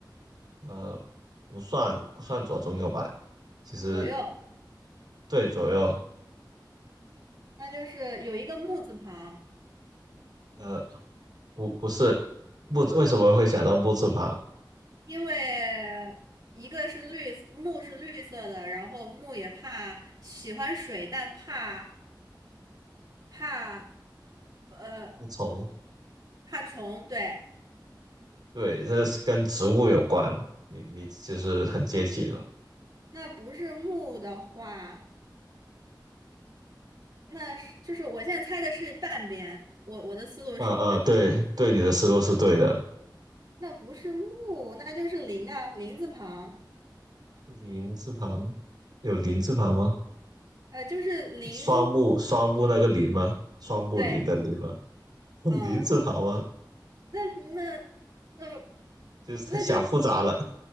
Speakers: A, on the right; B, on the right.
A: 呃，不算不算左中右吧，其实
B: 左右，
A: 对左右，
B: 那就是有一个木字旁，
A: 呃，不不是木，为什么会想到木字旁？
B: 因为一个是绿，木是绿色的，然后木也怕喜欢水，但怕怕呃
A: 木虫，
B: 怕虫，对，
A: 对，这是跟植物有关，你你其实很接近了。
B: 那不是木的话。那是就是我现在猜的是半边，我我的思路是不是对？
A: 呃呃，对对，你的思路是对的。
B: 那不是木，那就是林啊，林字旁，
A: 林字旁有林字旁吗？
B: 呃，就是林，
A: 双木双木那个林吗？双木林的林吗？
B: 对，
A: <laughs>
B: 嗯，
A: 林字旁吗？
B: 那那那
A: 就是他想复杂了，
B: 那就